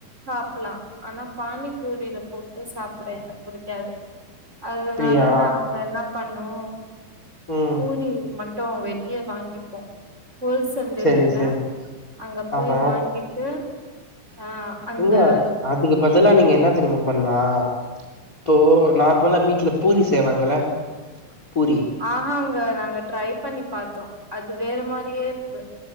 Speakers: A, on the right (about 15°); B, on the left (about 20°).
A: சாப்பலா ஆனா பானிப் பூரிலப் போட்டு சாப்ட என்னக் புடிக்காது அதனால
B: அப்டியா
A: நாங்க என்னாப் பண்ணோ
B: ம்
A: பூரி மட்டு வெளியே வாங்கிப்போ ஓல்ஸ் தென்ட்டுருக்குல
B: செரி செரி
A: அங்கப் போய்
B: ஆமா
A: வாங்கிட்டு ஆ அந்த
B: நீங்க அதுக்கு பதிலா நீங்க என்னாத் தெரியுமா பண்லா இப்போ நார்மலா வீட்ல பூரி செய்வாங்கள பூரி
A: ஆஹாங்க நாங்க ட்ரை பண்ணி பாத்தோ அது வேற மாரியே இருக்கு